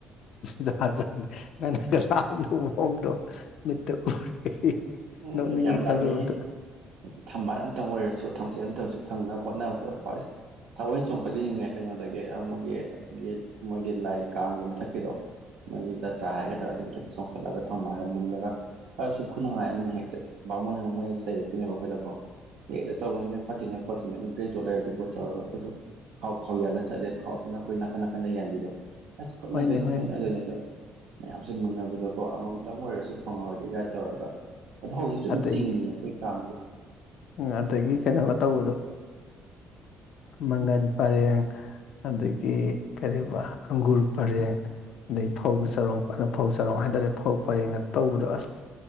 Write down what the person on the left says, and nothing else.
ꯖꯥꯠ ꯖꯥꯠꯅꯤ ꯅꯪꯅꯒ ꯂꯥꯛꯑꯝꯗꯧ ꯃꯑꯣꯡꯗꯣ ꯃꯤꯠꯇ ꯎꯔꯦ
ꯅꯣꯛꯅꯤꯡꯉꯤ
ꯈꯜꯂꯨꯕꯗ
ꯍꯣꯏꯅꯦ ꯍꯣꯏꯅꯦ
ꯑꯗꯒꯤ
ꯎꯝ ꯑꯗꯒꯤ ꯀꯩꯅꯣꯒ ꯇꯧꯕꯗꯣ ꯃꯪꯒꯟ ꯄꯔꯦꯡ ꯑꯗꯒꯤ
ꯀꯔꯤꯌꯦꯕ ꯑꯪꯒꯨꯔ ꯄꯔꯦꯡ ꯑꯗꯩ ꯐꯧ ꯆꯔꯣꯡ ꯐꯧ ꯆꯥꯔꯣꯡ ꯍꯥꯏꯇꯥꯔꯦ ꯐꯧ ꯄꯔꯦꯡꯒ ꯇꯧꯕꯗꯣ ꯑꯁ